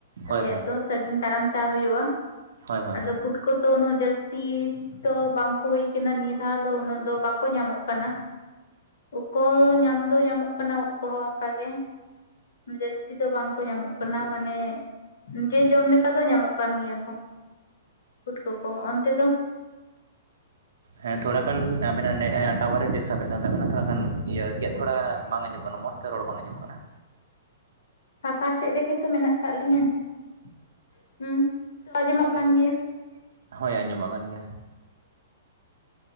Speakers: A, on the right; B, on the left.
A: ᱦᱳᱭ
B: ᱟᱞᱮᱭᱟᱜ
A: ᱦᱳᱭ
B: ᱫᱚ ᱥᱟᱹᱜᱤᱧ ᱛᱟᱲᱟᱢ ᱪᱟ ᱦᱩᱭᱩᱜᱼᱟ ᱾
A: ᱦᱳᱭ ᱦᱳᱭ
B: ᱟᱫᱚ ᱯᱷᱩᱴᱠᱟᱹ ᱛᱚ ᱩᱱᱟᱹᱜ ᱡᱟᱹᱥᱛᱤᱼᱼ ᱛᱚ ᱵᱟᱝᱠᱚ ᱦᱩᱭ ᱠᱟᱱᱟ ᱱᱤᱭᱟᱹ ᱫᱷᱟᱣ ᱫᱚ ᱩᱱᱟᱹᱜ ᱫᱚ ᱵᱟᱠᱚ ᱧᱟᱢᱚᱜ ᱠᱟᱱᱟ ᱾ ᱩᱫ ᱠᱚ ᱧᱟᱢ ᱫᱚ ᱧᱟᱢᱚᱜ ᱠᱟᱱᱟ ᱩᱫ ᱠᱚᱦᱚᱸ ᱚᱝᱠᱟᱜᱮ ᱾ ᱡᱟᱹᱥᱛᱤ ᱫᱚ ᱵᱟᱝᱠᱚ ᱧᱟᱢᱚᱜ ᱠᱟᱱᱟ ᱾ ᱢᱟᱱᱮᱼᱼ ᱱᱤᱡᱮ ᱡᱚᱢ ᱞᱮᱠᱟ ᱫᱚ ᱧᱟᱢᱚᱜ ᱠᱟᱱ ᱜᱮᱭᱟ ᱠᱚ ᱯᱩᱴᱠᱟᱹ ᱠᱚ ᱾ ᱚᱱᱛᱮ ᱫᱚ
A: ᱦᱮᱸ ᱛᱷᱚᱲᱟ ᱜᱟᱱ ᱟᱵᱮᱱᱟᱜ ᱱᱮ ᱴᱟᱣᱟᱨᱮ ᱰᱤᱥᱴᱟᱵ ᱮᱫ ᱠᱟᱱ ᱛᱟᱵᱮᱱᱟ ᱛᱷᱚᱲᱟ ᱜᱟᱱ ᱤᱭᱟᱹ ᱜᱮᱫ ᱛᱷᱚᱲᱟ ᱵᱟᱝ ᱟᱸᱡᱚᱢᱚᱜ ᱠᱟᱱᱟ ᱢᱚᱡ ᱛᱮ ᱨᱚᱲ ᱵᱟᱝ ᱟᱸᱚᱢᱚᱜ ᱠᱟᱱᱟ।
B: ᱯᱷᱟᱠᱟ ᱥᱮᱫ ᱨᱮᱜᱮ ᱛᱚ ᱢᱮᱱᱟᱜ ᱟᱠᱟᱫ ᱞᱤᱧᱟᱹ ᱾ ᱦᱩᱸ ᱛᱚ ᱟᱸᱡᱚᱢᱚᱜ
A: ᱞᱟᱹᱭᱵᱮᱱ
B: ᱠᱟᱱ ᱜᱮᱭᱟ
A: ᱾ ᱦᱳᱭ ᱟᱸᱡᱚᱢᱚᱜ ᱠᱟᱱ ᱜᱮᱭᱟ ᱦᱮᱸ ᱾